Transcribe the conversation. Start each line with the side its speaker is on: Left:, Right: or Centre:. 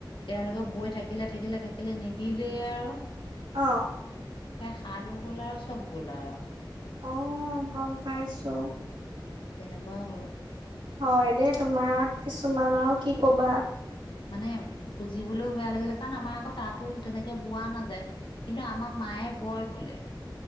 Left: তেওঁলোকে বৈ থাকিলে, থাকিলে, থাকিলে নিদিলেই আৰু।
Right: অ'।
Left: সেয়া শালো গ'ল আৰু চব গ'ল আৰু।
Right: অ' গ'ম পাইছোঁ।
Left: কেনেকুৱা হ'ল।
Right: হয় দেই তোমাৰ কিছুমান আৰু কি ক'বা।
Left: মানে খুজিবলৈও বেয়া লাগিলে, কাৰণ আমাৰ আকৌ তাতো তেনেকে বোৱা নাযায়, কিন্তু আমাৰ মাই মায়ে বয় বোলে।